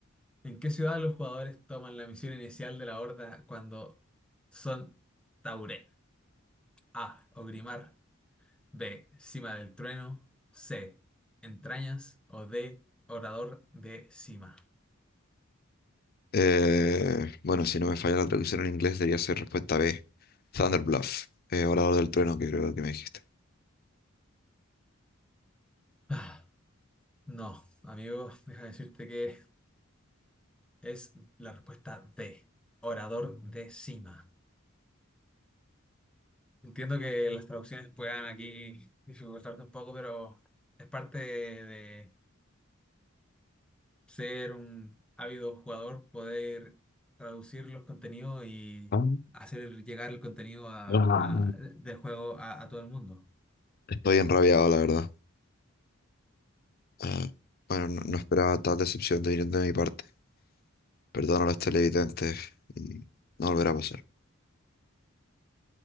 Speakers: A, in the centre; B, on the left (about 45°).
A: ¿En qué ciudad los jugadores toman la misión inicial de la Horda cuando son Tauren? A. Ogrimar. B. Cima del Trueno. C. Entrañas. O D. Orador de Cima.
B: Eh, bueno, si no me falla la traducción en inglés, debería ser respuesta B, Thunder Bluff, eh, Orador del Trueno, que creo que me dijiste.
A: <sighs> Ah, no, amigo, deja decirte que es la respuesta D. Orador de Cima. Entiendo que las traducciones puedan aquí dificultarte un poco, pero es parte de, ser un ávido jugador, poder traducir los contenidos y
B: Ah,
A: hacer llegar el contenido a-
B: ah.
A: a- del juego a, a todo el mundo.
B: Estoy enrabiado, la verdad. Ah, bueno, no, no esperaba tal decepción de viniendo de mi parte. Perdono a los televidentes y no volverá a pasar.